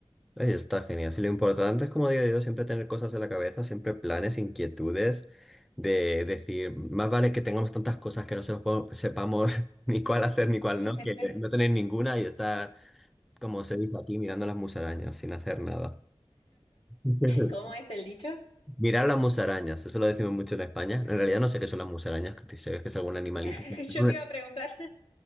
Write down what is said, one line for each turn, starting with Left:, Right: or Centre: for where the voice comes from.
Centre: Ay, está genial. Sí, lo importante es, como digo yo, siempre tener cosas en la cabeza, siempre planes, inquietudes, de decir, más vale que tengamos tantas cosas que no sepa- sepamos <laughs> ni cuál hacer ni cuál
Left: <laughs>
Centre: no, que no tener ninguna y estar, como se dice aquí, mirando las musarañas sin hacer nada. <laughs>
Left: ¿Cómo es el dicho?
Centre: Mirar las musarañas, eso lo decimos mucho en España. En realidad no sé qué son las musarañas, que si sabes que es algún animalito.
Left: <laughs>
Centre: <laughs>
Left: Yo te iba a preguntar.